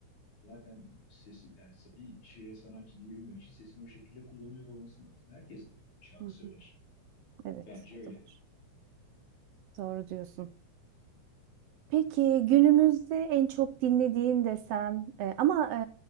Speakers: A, on the left; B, on the right.
A: zaten sesi yani s- bir şeye sanatçı diyebilmek için sesini o şekilde kullanıyor olması lazım. Herkes şarkı
B: Hı hı.
A: söyler.
B: Evet,
A: Bence
B: o
A: öyle.
B: da var. Doğru diyorsun. Peki günümüzde en çok dinlediğin desem e, ama e,